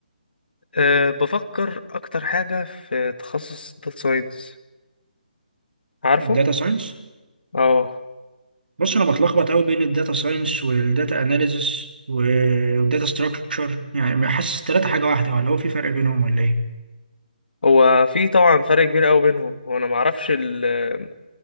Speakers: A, on the left (about 80°); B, on the right (about 80°).
A: آه بفكر أكتر حاجة في تخصص داتا ساينس عارفه؟
B: الداتا ساينس
A: اه
B: بص انا بتلخبط قوي بين الداتا ساينس والداتا اناليزس والداتا ستراكشر يعني حاسس التلاته حاجه واحده ولا هو في فرق بينهم ولا ايه
A: هو في طبعا فرق كبير أوي بينهم هو أنا معرفش ال